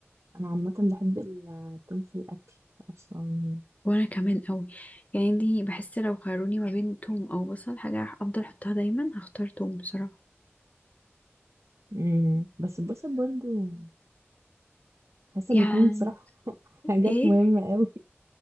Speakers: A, on the right (about 85°); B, on the left (about 35°).
A: أنا عامة بحب التوم في الأكل أصلا
B: <clears throat> وانا كمان قوي يعني دي بحس لو خيروني ما بين توم او بصل حاجه افضل احطها دايما هختار توم بصراحه
A: امم بس البصل برضو حاسه
B: يعني
A: الاتنين بصراحه <laughs> حاجات
B: ايه
A: مهمه قوي